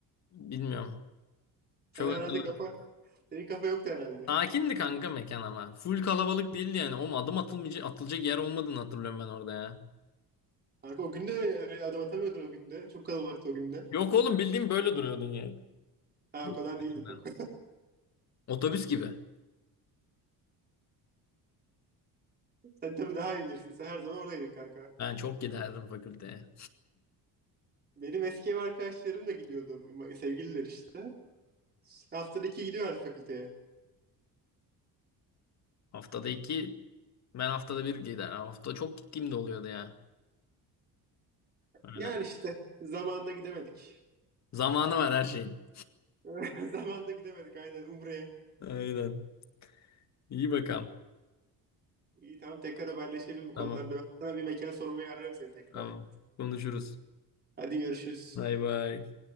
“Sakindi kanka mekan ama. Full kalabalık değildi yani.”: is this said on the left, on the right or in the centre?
Left